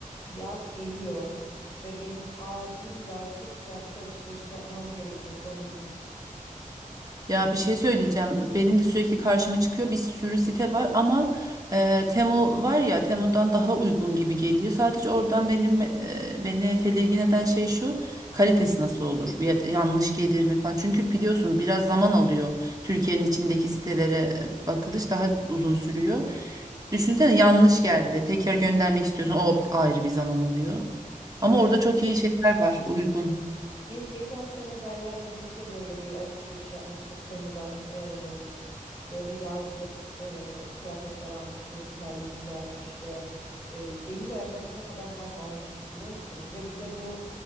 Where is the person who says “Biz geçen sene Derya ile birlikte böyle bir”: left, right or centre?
Left